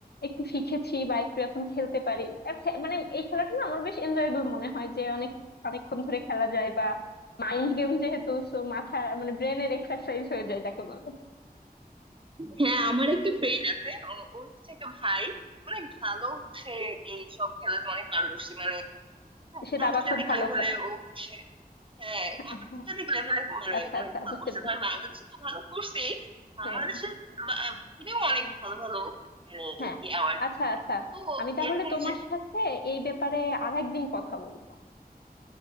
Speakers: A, on the left (about 85°); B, on the right (about 35°).
A: একটু শিখেছি বা একটু এখন খেলতে পারি আর খে- মানে এই খেলাটা না আমার বেশ এনজয়েবল মনে হয় যে অনেক অনেকক্ষণ ধরে খেলা যায় বা মাইন্ড গেম যেহেতু সো মাথা মানে ব্রেনের এক্সারসাইজ হয়ে যায় যাকে বলে
B: হ্যাঁ আমার একটা ফ্রেন্ড আছে ও- ওর হচ্ছে একটা ভাই অনেক ভালো হচ্ছে এই সব খেলাতে অনেক পারদর্শী মানে
A: সে দাবা
B: আন্তর্জাতিক
A: খুব ভালো
B: লেভেলে
A: খেলে
B: ও হচ্ছে হ্যাঁ
A: <laughs>
B: আ- আন্তর্জাতিক লেভেলে মানে
A: আচ্ছা
B: অনেক
A: আচ্ছা
B: ভালো
A: বুঝতে
B: করছে
A: পেরেছি
B: ধরেন বাংলাদেশে তো ভালো করছেই বাংলাদেশের
A: হ্যাঁ
B: বা- বাহিরেও অনেক ভালো ভালো মানে
A: হ্যাঁ
B: কি অ্যাওয়ার্ড
A: আচ্ছা আচ্ছা
B: তো
A: আমি তাহলে
B: এরকম
A: তোমার
B: যে
A: সাথে এই ব্যাপারে আরেকদিন কথা বলবো